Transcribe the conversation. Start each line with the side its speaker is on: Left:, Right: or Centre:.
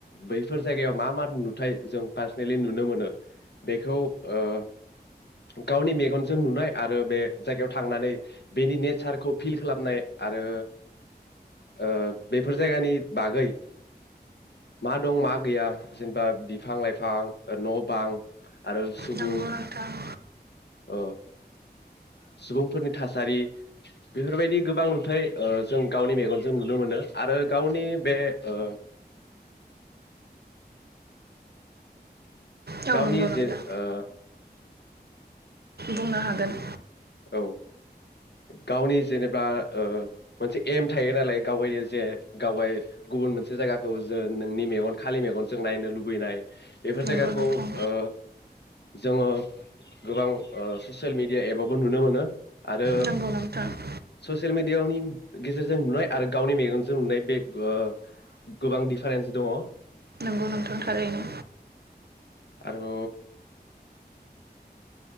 Left: बैफोर जायगायाव मा मा नुथाय जों पार्सनेलि नुनो मोनो बेखौ ओ गावनि मेगनजों नुनाय आरो बे जायगायाव थांनानै बेनि नेचारखौ फिल खालामनाय आरो ओ बेफोर जायगानि बागै मा दं मा गैया जेनबा बिफां लाइफां न बां आरो सुबुं
Right: नंगौ नोंथां
Left: ओ सुबुंफोरनि थासारि बेफोरबायदि गोबां नुथाय ओ जों गावनि मेगन जों नुनो मोनो आरो गावनि बे ओ
Right: औ
Left: गावनि
Right: नंगौ नोंथां
Left: जे ओ
Right: बुंनो हागोन
Left: औ गावनि जेनेबा ओ मोनसे एम थायो नालाय गावायनो जे गावाय गुबुन मोनसे जायगाखौ जों नोंनि मेगन खालि मेगनजों नायनो लुबैनाय बेफोर
Right: नंगौ
Left: जायगाखौ
Right: नोंथां
Left: ओ जोङो गोबां ओ ससियेल मिडिया एबाव बो नुनो मोनो आरो
Right: नंगौ नोंथां <inaudible>
Left: सियेल मिडियावनि गेजेरजों नुनाय आरो गावनि मेगनजों नुनाय बे गो गोबां दिडिफारेन्स दङ
Right: नोंगौ नोंथां थारैनो
Left: आरो